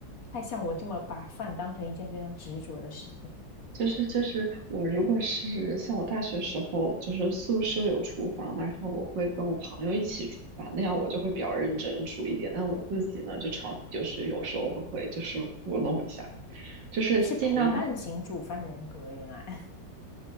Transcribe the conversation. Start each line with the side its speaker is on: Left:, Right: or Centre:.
Left: 太像我这么把饭当成一件非常执着的事情。
Right: 就是就是我如果是像我大学时候，就是宿舍有厨房嘛，然后我会跟我朋友一起煮饭，那样我就会比较认真煮一点，但我自己呢就常就是有时候会就是糊弄一下。就是尽量还
Left: 你是陪伴型煮饭人格，原来 <laughs>